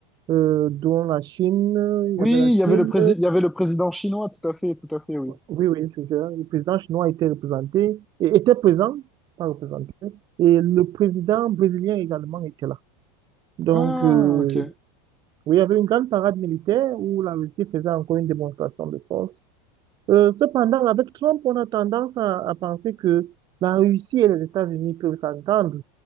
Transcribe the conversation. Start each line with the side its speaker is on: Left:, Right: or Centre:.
Right: euh, dont la Chine. Il y
Centre: Oui,
Right: avait la Chine,
Centre: il y avait le prési- il y avait le président chinois, tout à fait, tout à fait, oui.
Right: Oui, oui, c'est ça. Le président chinois était représenté, et était présent, pas représenté, et le président brésilien également était là. Donc,
Centre: Ah,
Right: euh,
Centre: ok.
Right: oui, il y avait une grande parade militaire où la Russie faisait encore une démonstration de force. Euh, cependant, avec Trump, on a tendance à, à penser que la Russie et les États-Unis peuvent s'entendre.